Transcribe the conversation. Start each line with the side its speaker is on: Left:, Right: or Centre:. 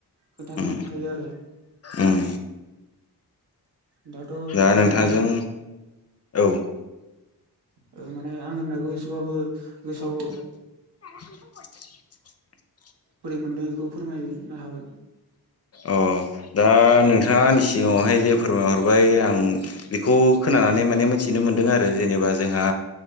Right: खोथानो
Left: उम
Right: थायो आरो
Left: उम
Right: दाथ'
Left: दा
Right: बिथाङा
Left: नोंथांजों औ
Right: ओ माने आं होननायखौ एसेबाबो
Left: <unintelligible>
Right: गोसोआव बोरै मोनदों बेखौ फोरमायनो हागोन
Left: अ दा नोंथाङांनि सिगाङावहाय जे फोरमायहरबाय आं बेखौ खोन मिथिनो मोनदों आरो जेनेबा जोंहा